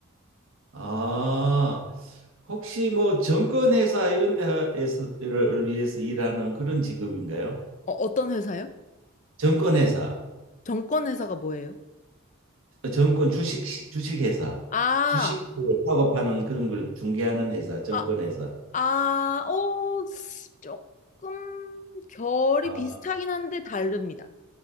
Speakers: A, on the right; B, on the left.
A: 아, 혹시 뭐 정권회사 이런 데를 위해서 일하는 그런 직업인가요?
B: 어, 어떤 회사요?
A: 정권회사,
B: 정권 회사가 뭐예요?
A: 정권 주식 주식회사,
B: 아,
A: 주식 작업하는 그런 걸 중개하는 회사, 정권회사.
B: 아, 아, 어, 조금 결이
A: 아,
B: 비슷하긴 한데 다릅니다.